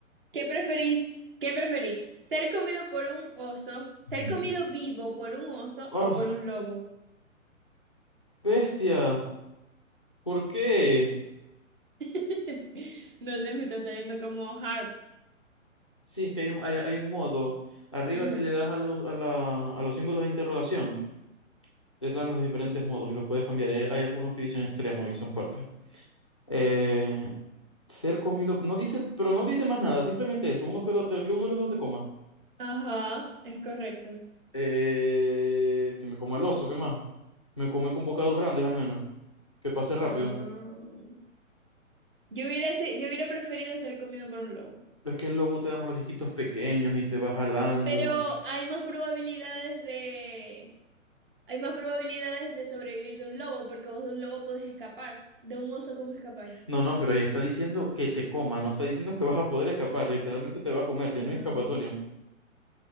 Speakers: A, on the right (about 40°); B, on the left (about 25°).
A: ¿Qué preferís? ¿Qué preferís? ¿Ser comido por un oso? ¿Ser
B: Ujú.
A: comido vivo por un oso
B: ¡Oh,
A: o por un lobo?
B: bestia! ¿Por qué?
A: <laughs> No sé, me están saliendo como hard.
B: Sí, es que hay un, hay, hay un modo. Arriba,
A: Ajá.
B: si le das a los, a la, a los símbolos de interrogación, te salen los diferentes modos y los puedes cambiar. Eh, Hay algunos que dicen extremo y son fuertes. Eh, ser comido. No dice, pero no dice más nada, simplemente eso. Uno que, lo- del que uno de los dos te coma.
A: Ah, ajá, es correcto.
B: Eh, que me coma el oso, ¿qué más? Me come con bocados grandes al menos. Que pase rápido.
A: Ah, Yo hubiera, se- yo hubiera preferido ser comido por un lobo.
B: Es que el lobo te da mordisquitos pequeños y te va jalando.
A: Pero hay más probabilidades de... Hay más probabilidades de sobrevivir de un lobo porque vos de un lobo podés escapar. De un oso, ¿cómo escapáis?
B: No, no, pero ahí está diciendo que te coma, no está diciendo que vas a poder escapar, literalmente te va a comer,
A: Ah,
B: ya no hay escapatoria.